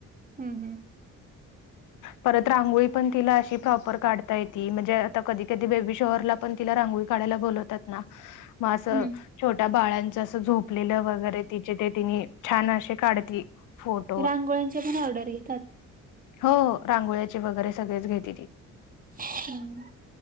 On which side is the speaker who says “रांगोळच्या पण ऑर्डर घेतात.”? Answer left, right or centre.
Right